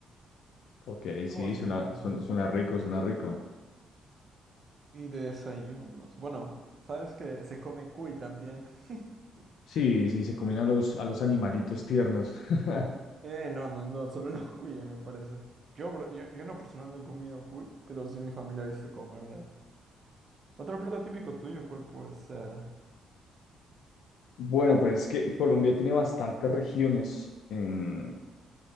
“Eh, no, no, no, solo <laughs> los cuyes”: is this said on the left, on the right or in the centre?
Right